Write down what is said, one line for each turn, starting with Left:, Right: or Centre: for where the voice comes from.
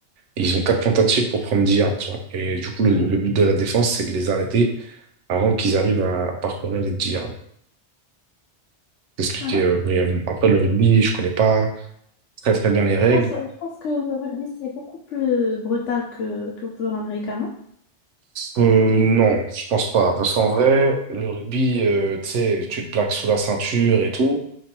Right: Et ils ont quatre tentatives pour prendre 10 yards. Tu vois. Et du coup, le,
Left: Mhm.
Right: le but de la défense, c'est de les arrêter avant qu'ils arrivent à parcourir les 10 yards. Expliquer
Left: Ah,
Right: euh, brièvement. Après, le rugby, je connais pas très très bien les
Left: Je
Right: règles.
Left: pense, je pense que le rugby c'est beaucoup plus brutal que, que le football américain, non?
Right: Euh, non, je pense pas. Parce qu'en vrai, le rugby, euh, tu sais, tu te plaques sous la ceinture et tout.